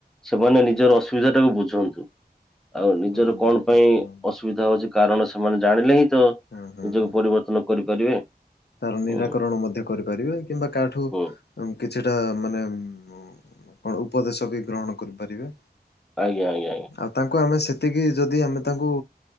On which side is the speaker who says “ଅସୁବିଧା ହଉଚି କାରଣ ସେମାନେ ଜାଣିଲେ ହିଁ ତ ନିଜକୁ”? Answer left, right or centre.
Centre